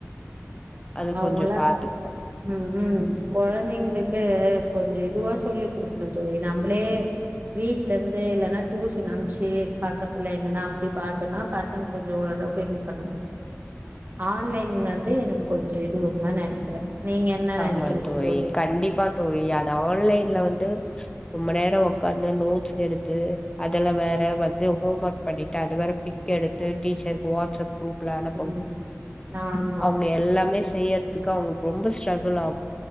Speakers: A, on the left (about 15°); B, on the right (about 40°).
A: அது
B: அவங்களா
A: கொஞ்சோ பாத்துக்கணு
B: ம் ம் குழந்தைங்களுக்கு கொஞ்ச இதுவா சொல்லி குடுக்கணு தோழி நம்மளே வீட்ல இருந்து இல்லனா டூஷன் அம்ச்சு பக்கத்துல எங்கன்னா அப்டி பாத்தோனா பசங் கொஞ்ச ஓரளவுக்கு இது பண்ணுவாங் ஆன்லைன் வந்து எனக் கொஞ்ச இதுவுந்தா நெனைக்கிறே நீங்க என்ன
A: ஆமா
B: நெனைக்கிறீங்க
A: தோழி கண்டிப்பா தோழி அது ஆன்லைன்ல
B: ம்
A: வந்து ரொம்ப நேரோ ஒக்காந்து நோட்ஸ் எடுத்து அதல்ல வேற வந்து ஹோம் ஒர்க் பண்ணிட்டு அத வேற பிக் எடுத்து டீச்சருக்கு வாட்ஸப் குரூப் புல அனுப்பனு
B: ம் ஆமா
A: அவுங்க எல்லாமே செய்யற்துக்கு அவுங்க ரொம்ப ஸ்ட்ரகுள் ஆகு